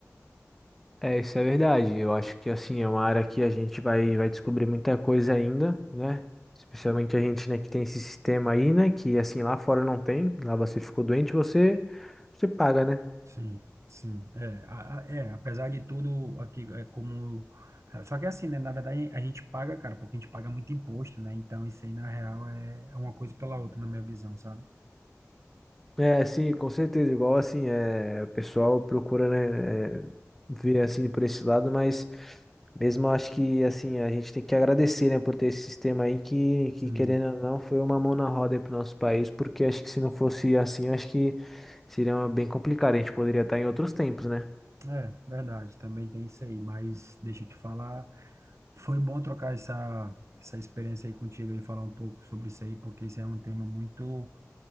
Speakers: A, in the centre; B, on the right (about 65°).
A: É, isso é verdade. Eu acho que assim é uma área que a gente vai, vai descobrir muita coisa ainda, né? Especialmente a gente, né, que tem esse sistema aí, né? Que assim lá fora não tem. Lá você ficou doente, você você paga, né?
B: Sim, sim. É, a- a- é, apesar de tudo, aqui é como. Só que assim, né? Na verdade, a gente paga, cara, porque a gente paga muito imposto, né? Então, isso aí, na real, é, é uma coisa pela outra, na minha visão, sabe?
A: É, sim, com certeza. Igual assim, é, o pessoal procura, né, é, ver assim por esse lado, mas mesmo eu acho que assim, a gente tem que agradecer, né, por ter esse sistema aí que, que
B: Sim,
A: querendo ou não, foi uma mão na roda aí pro nosso país, porque acho que se não fosse assim, acho que seria bem complicado. A gente poderia estar em outros tempos, né?
B: é verdade, também tem isso aí, mas deixa eu te falar. Foi bom trocar essa, essa experiência aí contigo e falar um pouco sobre isso aí, porque isso é um tema muito,